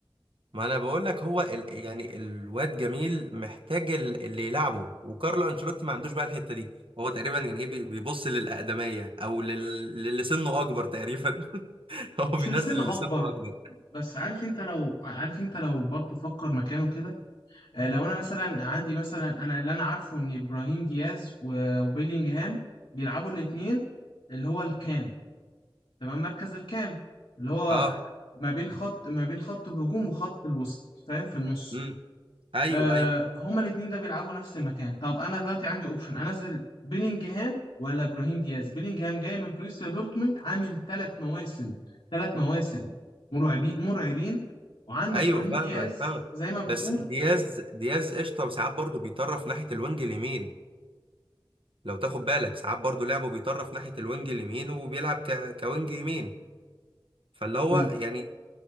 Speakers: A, on the right (about 80°); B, on the left (about 80°).
A: ما انا بقول لك هو ال... يعني الواد جميل محتاج ال- اللي يلعبه وكارلو انشيلوتي ما عندوش بقى الحته دي هو تقريبا يعني ايه بي- بيبص للاقدميه او لل... للي سنه اكبر تقريبا <laughs> هو
B: مش
A: بينزل
B: في السن
A: اللي
B: اكبر
A: سنه اكبر
B: بس عارف انت لو عارف انت لو برضه فكر مكانه كده آه، لو انا مثلا عندي مثلا انا اللي انا عارفه ان ابراهيم دياز و- وبيلينجهام بيلعبوا الاثنين اللي هو الكام تبقى المركز الكام اللي هو
A: اه
B: ما بين خط ما بين خط الهجوم وخط الوسط فاهم في النص
A: امم ايوه
B: آه
A: ايوه
B: هما الاتنين ده بيلعبوا نفس المكان طب انا دلوقتي عندي اوبشن انزل بيلينجهام ولا ابراهيم دياز بيلينجهام جاي من بروسيا دورتموند عامل ثلاث مواسم ثلاث مواسم مرعبين مرعبين وعندك
A: ايوه
B: ابراهيم
A: فاهمك
B: دياز
A: فاهمك
B: زي ما بتقول
A: بس دياز دياز قشطه وساعات برضه بيطرف ناحيه الوينج اليمين لو تاخد بالك ساعات برضو لعبه بيطرف ناحية الوينج اليمين وبيلعب ك... كوينج يمين فاللي هو
B: ممكن
A: يعني